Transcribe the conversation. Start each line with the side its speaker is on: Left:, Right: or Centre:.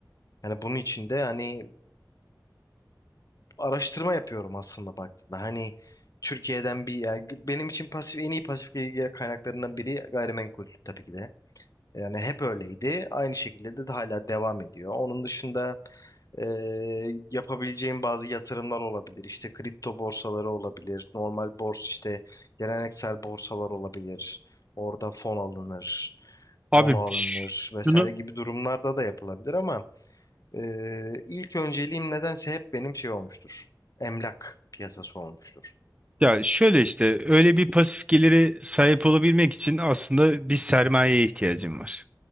Left: Yani bunun için de hani araştırma yapıyorum aslında baktığında. Hani Türkiye'den bir yani benim için pasif en iyi pasif gelir kaynaklarından biri gayrimenkul tabii ki de. Yani hep öyleydi. Aynı şekilde de hala devam ediyor. Onun dışında e, yapabileceğim bazı yatırımlar olabilir. İşte kripto borsaları olabilir. Normal borsa işte geleneksel borsalar olabilir. Orada fon alınır, bono
Right: Abi
Left: alınır
Right: ş-
Left: vesaire
Right: şunu
Left: gibi durumlarda da yapılabilir ama e, ilk önceliğim nedense hep benim şey olmuştur. Emlak piyasası olmuştur.
Right: ya şöyle işte öyle bir pasif geliri sahip olabilmek için aslında bir sermayeye ihtiyacım var.